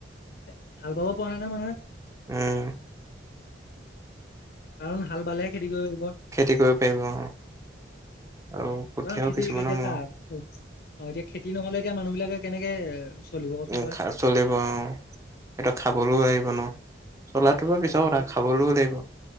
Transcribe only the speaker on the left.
এ হাল বাব পোৱা নাই নহয় মানুহে
কাৰণ হাল বালেহে খেতি কৰিব পাৰিব
কাৰণ খেতি
এ গেতিয়া
চা হো অ এতিয়া খেতি নহলে এতিয়া মানুহ বিলাকে কেনেকে চলিব কচোন
তই
অ খাব